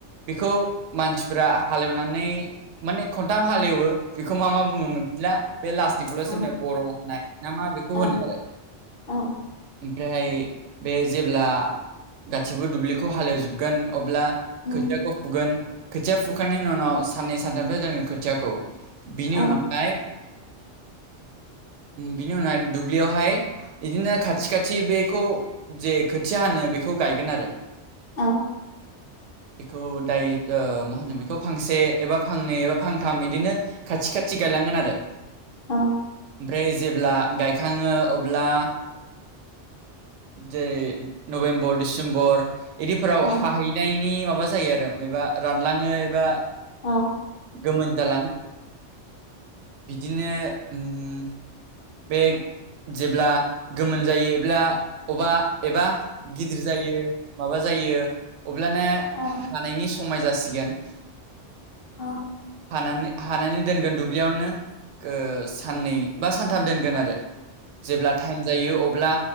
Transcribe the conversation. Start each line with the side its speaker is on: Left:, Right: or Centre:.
Right: बेखौ मानसिफ्रा हालेवनानै माने खनथाम हालेवो बेखौ मा मा बुङो मिला बे लास्टनिफ्रल'सोनो
Left: औ
Right: ग' होननाय ना मा बेखौ
Left: औ
Right: होनो आरो
Left: औ
Right: ओमफ्राय बे जेब्ला गासिबो दुब्लिखौ हालेवजोबगोन अब्ला
Left: उम
Right: खोथियाखौ फुगोन खोथिया फुखांनायनि उनाव साननै सानथामथ' जोङो खोथियाखौ बिनि
Left: औ
Right: उनावहाय बिनि उनावहाय दुब्लियावहाय बिदिनो खाथि खाथि बेखौ जे खोथिया होनो बेखौ गायगोन आरो
Left: औ
Right: बेखौ दाय मा होनो बेखौ फांसे एबा फांनै एबा फांथाम बिदिनो खाथि खाथि गायलांगोन आरो
Left: अ
Right: ओमफ्राय जेब्ला गायखाङो अब्ला जेरै नभेम्बर डिसेम्बर इदिफोराव
Left: औ
Right: हाहैनायनि माबा जायो आरो मायबा रानलाङो एबा
Left: औ
Right: गोमोन जालाङ बिदिनो उम बे जेब्ला गोमोन जायो एब्ला अबा एबा गिदिर जायो माबा जायो अब्लाना
Left: औ
Right: हानायनि समाय जासिगोन।
Left: अ।
Right: हाना हानानै दोनगोन दुब्लियावनो गो साननै बा सान थाम दोनगोन आरो जेब्ला टाइम जायो अब्ला